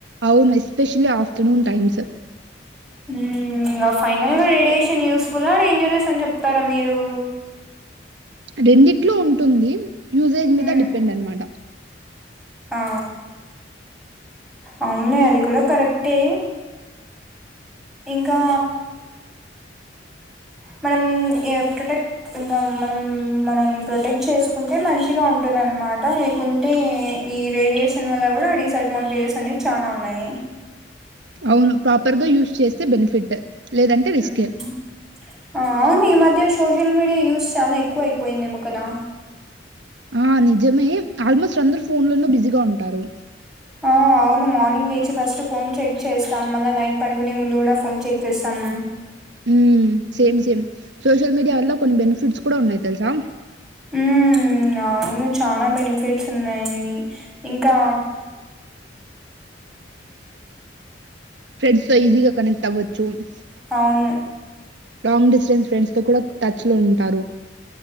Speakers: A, on the right; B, in the centre.
A: అవును ఎస్పెషలీ ఆఫటర్నూన్ టైమ్స్
B: ఉమ్ ఇక ఫైనల్ గా రేడియేషన్ యూస్ ఫుల్ ఆ డేంజరస్ అని చెప్తారా మీరు
A: రెండిట్లు ఉంటుంది. యూసేజ్ మీద
B: ఉమ్,
A: డిపెండ్ అనమాట
B: ఆ అవును నే అది కూడా కరెక్టే ఇంకా మనం ఎ ప్రొడక్ట్ ఇంగ మనం మనల్ని ప్రొటెక్ట్ చేసుకుంటే మంచిగా ఉంటుంది అనమాట లేకుంటే ఈ రేడియేషన్ వల్ల కూడా డిస్ అడ్వాంటేజెస్ అనేవి చానా ఉన్నాయి.
A: అవును ప్రాపర్ గా యూస్ చేస్ బెనిఫిట్ లేదంటే రిస్కె
B: ఉమ్. ఆ అవును ఈ మధ్య సోషల్ మీడియా యూస్ చాలా ఎక్కువ అయిపోయిందేమో కదా
A: ఆ నిజమే ఆల్మోస్ట్ అందరు ఫోన్లనే బిజీగా ఉంటారు.
B: ఆ అవును మార్నింగ్ లేచి ఫస్ట్ ఫోన్ చెక్ చేస్తాం మళ్ళా నైట్ పండుగొనే ముందు కూడా ఫోన్ చెక్ చేస్తాము.
A: ఉ సేమ్ సేమ్ సోషల్ మీడియా వల్ల కొన్ని బెనిఫిట్స్ కూడ ఉన్నాయి తెలుసా
B: ఉమ్ అవును చనా బెనిఫిట్స్ ఉన్నాయి ఇంకా
A: ఫ్రెండ్స్ తో ఈజీగా కనెక్ట్ ఆవ చూము
B: అవును
A: లాంగ్ డిస్టెన్స్ ఫ్రెండ్స్ తో కూడా టచ్ లో ఉంటారు.